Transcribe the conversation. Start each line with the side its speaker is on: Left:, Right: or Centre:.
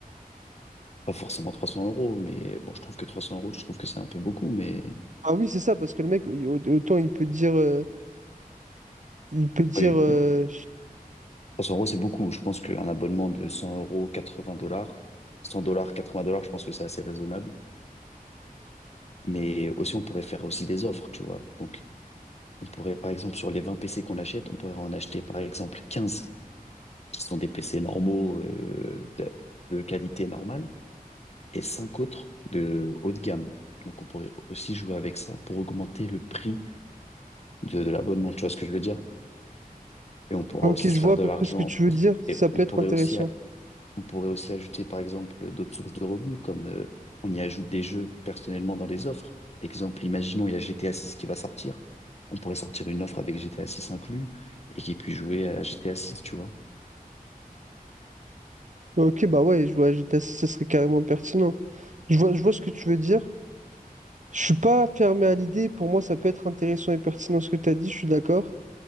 Left: pas forcément 300 euros, mais bon, je trouve que 300 euros, je trouve que c'est un peu beaucoup, mais
Right: Ah oui, c'est ça, parce que le mec, il- au- autant il peut dire, euh, il peut dire,
Left: oui,
Right: euh,
Left: 300 euros, c'est beaucoup. Je pense qu'un abonnement de 100 euros, 80 dollars, 100 dollars, 80 dollars, je pense que c'est assez raisonnable. Mais aussi, on pourrait faire aussi des offres, tu vois. Donc, on pourrait, par exemple, sur les 20 PC qu'on achète, on pourrait en acheter, par exemple, 15 qui sont des PC normaux, euh, de, de qualité normale, et 5 autres de haut de gamme. Donc, on pourrait aussi jouer avec ça pour augmenter le prix de, de l'abonnement, tu vois ce que je veux dire? Et on pourra
Right: ok,
Left: aussi
Right: je
Left: se faire
Right: vois à
Left: de
Right: peu
Left: l'argent.
Right: près ce que tu veux dire, ça
Left: Et
Right: peut
Left: on pourrait
Right: être intéressant.
Left: aussi On pourrait aussi ajouter, par exemple, d'autres sources de revenus, comme euh, on y ajoute des jeux personnellement dans les offres. Exemple, imaginons, il y a GTA 6 qui va sortir. On pourrait sortir une offre avec GTA 6 inclus et qui puisse jouer à GTA 6, tu vois.
Right: Ok, bah ouais, jouer à GTA 6, ça serait carrément pertinent. Je vois, je vois ce que tu veux dire. Je suis pas fermé à l'idée. Pour moi, ça peut être intéressant et pertinent ce que tu as dit, je suis d'accord.